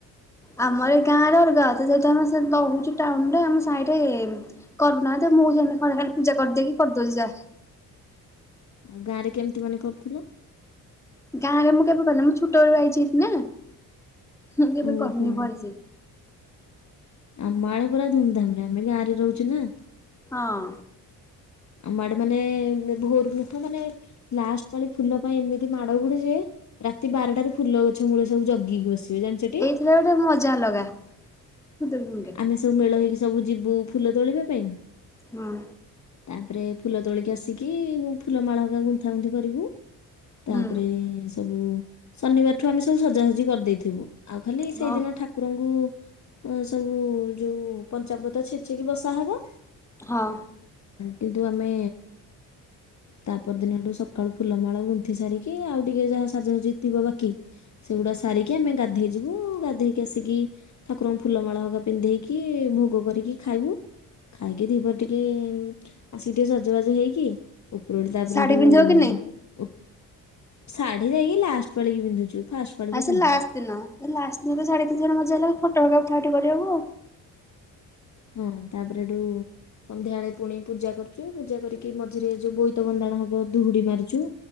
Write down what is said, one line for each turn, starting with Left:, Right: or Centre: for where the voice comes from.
Centre: ଆମର ଏ ଗାଁ ରେ ଅଲଗା ଯେହେତୁ ଆମେ ରହୁଛ ଟାଉନରେ ଆମ ସାହିରେ କରୁନାହାନ୍ତି ମୁଁ ହେମତି ଖାଲି ପୂଜା କରିଦେଇକି କରିଦୋଉଛି ଯା।
Left: ଆଉ ଗାଁ ରେ କେମିତି ମାନେ କରୁଥିଲ?
Centre: ଗାଁରେ ମୁଁ କେବେ କରିନି ମୁଁ ଛୋଟବେଳୁ ଆଇଛିି ହାରି ନା। ମୁଁ କେବେ
Left: ଓହୋ।
Centre: କରନି ଭଲସେ।
Left: ଆମ ଆଡେ ପୁରା ଧୁମଧାମ୍ ରେ ଆମେ ଗାଁ ରେ ରହୁଛୁ ନା।
Centre: ହଁ।
Left: ଆମ ଆଡେ ମାନେ ଭୋରୁ ନୁହଁ ମାନେ ଲାଷ୍ଟ ପାଳି ଫୁଲ ପାଇଁ ଏମିତି ମାଡ ହୁଏ ଯେ ରାତି ବାରଟାରେ ଫୁଲ ଗଛ ମୂଳେ ସବୁ ଜଗିକି ବସିବେ ଜାଣିଛ ଟି।
Centre: ସେ ଗୋଟେ ମଜା ଅଲଗା ଖୁଦୁରୁକୁଣୀ କି।
Left: ଆମେ ସବୁ ମେଳ ହେଇକି ସବୁ ଯିବୁ ଫୁଲ ତୋଳିବା ପାଇଁ।
Centre: ହଁ।
Left: ତାପରେ ଫୁଲ ତୋଳିକି ଆସିକି ଫୁଲ ମାଳ ହେରିକା ଗୁନ୍ଥା ଗୁନ୍ଥି କରିବୁ। ତାପରେ
Centre: ହୁଁ
Left: ସବୁ ଶନିବାରଠୁ ଆମେ ସବୁ ସଜାସଜି କରିଦେଇଥିବୁ। ଆଉ ଖାଲି ସେଇଦିନ
Centre: ହଁ
Left: ଠାକୁରଙ୍କୁ ସବୁ ଯୋଉ ପଞ୍ଚାବୃତ ଛେ ଚିକି ବସା ହବ
Centre: ହଁ
Left: କିନ୍ତୁ ଆମେ ତାପର ଦିନଠୁ ସକାଳୁ ଫୁଲମାଳ ଗୁନ୍ଥିି ସାରିକି ଆଉ ଟିକେ ଯାହା ସାଜସଜି ଥିବ ବାକି ସେଗୁଡା ସାରିକି ଆମେ ଗାଧେଇ ଯିବୁ ଗାଧେଇକି ଆସିକି ଠାକୁରଙ୍କୁ ଫୁଲମାଳ ହେରିକା ପିନ୍ଧେଇକି ଭୋଗ କରିକି ଖାଇବୁ ଖାଇକି ଦିପହରେ ଟିକେ ଆସିକି ଟିକେ ସଜବାଜ ହେଇକି ଉପର ଓଳି ତାପରେ
Centre: ଶାଢୀ
Left: ହେ ଠୁ
Centre: ପିନ୍ଧିବ କି ନାଇଁ?
Left: ଓ ଶାଢୀ ଯାଇକି ଲାଷ୍ଟ ପାଳି କି ପିନ୍ଧୁଚୁ ଫାଷ୍ଟ ପାଳିରୁ
Centre: ଆଉ ସେ
Left: ପିନ୍ଧୁନୁ
Centre: ଲାଷ୍ଟ ଦିନ ଏ ଲାଷ୍ଟ ଦିନ ଶାଢୀ ପିନ୍ଧିବା ର ମଜା ଅଲଗା ଫୋଟ ଫୋଟ ଉଠା ଉଠି କରିବାକୁ ଆଉ।
Left: ହଁ ତାପରେ ଏଠୁ ସନ୍ଧ୍ୟାବେଳେ ପୁଣି ପୂଜା କରୁଛୁ ପୂଜା କରିକି ମଝିରେ ଯ ବୋଇତ ବନ୍ଦାଣ ହବ ଧୁହୁଡି ମାରୁଛୁ।